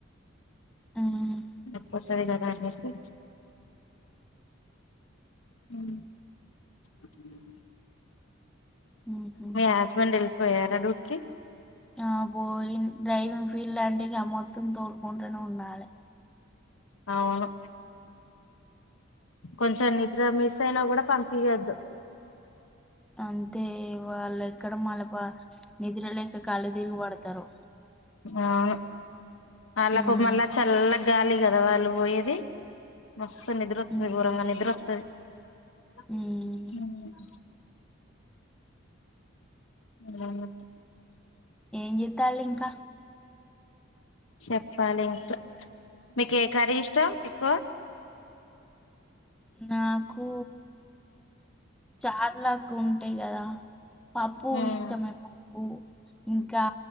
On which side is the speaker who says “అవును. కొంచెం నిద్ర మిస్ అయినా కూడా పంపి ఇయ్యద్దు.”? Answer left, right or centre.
Left